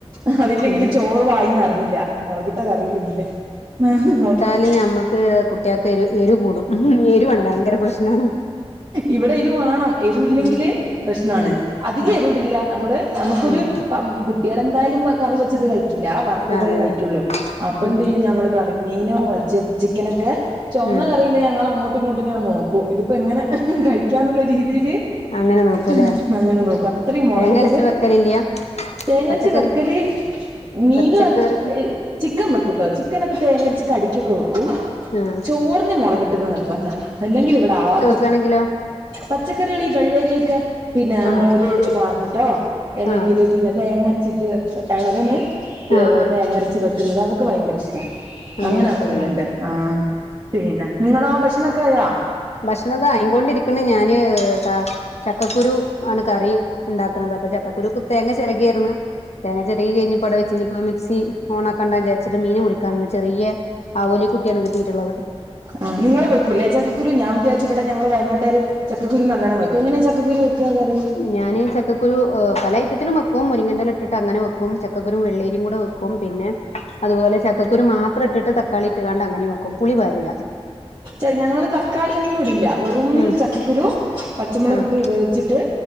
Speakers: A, on the right (about 40°); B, on the left (about 80°).
A: അഹ് അതില്ലെങ്കില്
B: ആഹ്
A: ചോറ് വായിന്നെറങ്ങില്ല മൊളകിട്ട കറില്ലെങ്കില് <unintelligible>
B: ല്ല ഞമ്മക്ക് കുട്ടിയക്ക് എരു എരു കൂടും ഉഹും എരുവാണ് ഭയങ്കര പ്രശ്നാണ്
A: ഇവിടെ എരു വാണം എരുയില്ലെങ്കില്
B: ഉം
A: പ്രശ്നാണ്
B: ഉം
A: അധികെരുടില്ല
B: ഉം
A: നമ്മള് നമുക്കൊരു
B: ഉം
A: അ കുട്ട്യളെന്തായാലും വ കറി വെച്ചത് കയ്ക്കില്ല വർത്തതേ
B: അതെ
A: കയ്ക്കുള്ളൂ
B: അതെ
A: അപ്പന്തെയ്യും
B: ഉം
A: ഞങ്ങള് കറി മീനോ എർച്ചിയോ ചിക്കനൊക്കെ ചൊവന്ന
B: ഉം
A: കറിയില്ലേ ഞങ്ങളങ്ങോട്ടു ങ്ങോട്ടു ങ്ങനെ നോക്കു ഇത് പ്പെങ്ങനെ കഴിക്കാന്നുള്ളെ രീ രീതി
B: അങ്ങനെ നോക്കൂല്ലേ
A: ഹ് അങ്ങനെ നോക്കും അത്രയ് മൊളകിട്ടത്
B: തേങ്ങ അരച്ച് വെക്കലില്ല
A: തേങ്ങരച്ച്
B: പച്ചക്കറി
A: വെക്കല് മീനു
B: പച്ചക്കറി
A: എറച്ചി ഏ ചിക്കം വെക്കുട്ടോ ചിക്കനൊക്കെ തേങ്ങരച്ച് കടിക്കൊക്കെ വെക്കു
B: ആഹ്
A: പൂർണ് മൊളകിട്ടത് നിർബന്ധാ അല്ലെങ്കിലിവിടാർ
B: ക്കാണെങ്കിലോ?
A: പച്ചക്കറികളി വെള്ളരിയൊക്കെ പിന്നെ
B: ആഹ്
A: മോര് പാർന്നിട്ടോ എല്ലെങ്കില്
B: ആഹ്
A: പിന്നെ തേങ്ങരച്ചിറ്റ് എ എളവന് ത്
B: ആഹ് ആഹ്
A: തേങ്ങരച്ച് വെക്കുന്നത് അതൊക്കെ ഭയങ്കര ഷ് ടാ
B: അങ്ങനെയാണ്
A: അങ്ങനെ
B: വെക്കല്ലേ
A: വെക്കല്ണ്ട്. ആഹ് പിന്ന നിങ്ങളോ? ഭക്ഷണൊക്കായോ?
B: ഭക്ഷണത ആയിങ്കൊണ്ടിരിക്ക്ണ് ഞാന് താ ചക്കക്കുരു ആണ് കറി ണ്ടാക്ക്ണത് അപ്പൊ ചക്കക്കുരുക്ക് തേങ്ങ ചെര <unintelligible> തേങ്ങ ചെരകിയ ഞ്ഞി പട വെച്ചി ഞ്ഞിപ്പ മിക്സി ഓണാക്കാണ്ട ചാരിച്ച്ട്ട് മീൻ മുറിക്കാൻന്ന് ചെറിയെ ആവോലി കുട്ട്യാണ് കിട്ടീട്ടുള്ളത്
A: ആഹ് നിങ്ങള് വെക്കുല്ലേ ചക്കുരു ഞാം ചാരിച്ച് വ്ട ഞങ്ങള് വയനാട്ടാര് ചക്കക്കുരു നല്ലണം വക്കു എങ്ങനെ ചക്കുരു വെക്ക കറി?
B: ഞാന് ചക്കക്കുരു അ പല ഐറ്റത്തിലും വെക്കും മുരിങ്ങന്റല ട്ടിട്ട ങ്ങനെ വെക്കും ചക്കക്കുരും വെള്ളരിം കൂട വെക്കും പിന്നെ അതുപോലെ ചക്കക്കുരു മാത്ര ട്ട്ട്ട് തക്കാളി ഇട്ട കാണ്ട് അങ്ങനെ വെക്കും പുളി പാരുല്ല
A: ച്ച ഞങ്ങള് തക്കാളി ഒന്നുടില്ല വെറും
B: ഉം
A: ചക്കക്കുരു പച്ചമുളകിട്ട്
B: ആഹ്
A: വേവ്ച്ചിട്ട്